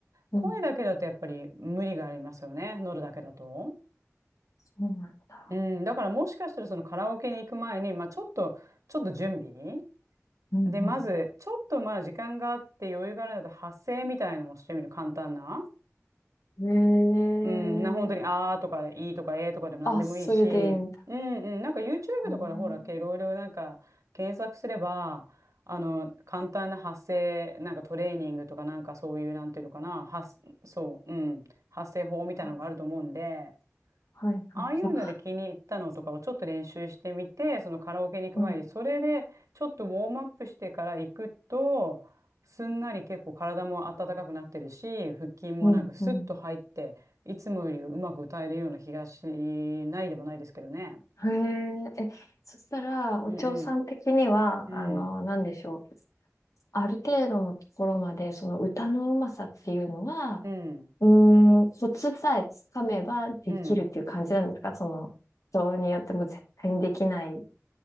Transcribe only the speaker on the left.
うん
そうなんだ。
うん、
うん。
ええ
あ、それでいいんだ。
あー
あはい、はい、
あ
うん、
うん、うん。
へえ、え、そしたら、お嬢さん的には、
あの、
なんでしょう。ある程度のところまで、その歌のうまさっていうのは、
うーん、コツさえつかめばできるっていう感じなんですかその、
人によっても絶対にできない